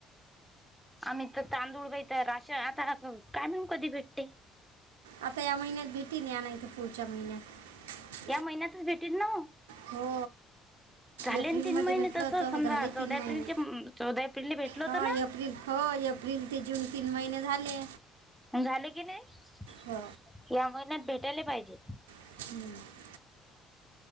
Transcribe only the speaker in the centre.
आम्ही तर तांदूळ बाई तर राशन आता काय म्हणून कधी भेटते
या महिन्यातच भेटीन ना
झाले
ना तीन महिने
तसं समजा
चौदा
एप्रिलचे चौदा एप्रिलला भेटल होतं
ना.
झाले की नाही
या महिन्यात भेटायला पाहिजे